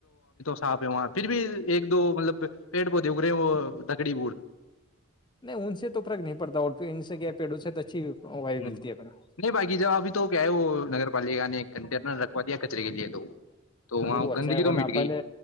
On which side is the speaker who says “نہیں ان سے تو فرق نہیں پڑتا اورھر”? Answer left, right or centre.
Left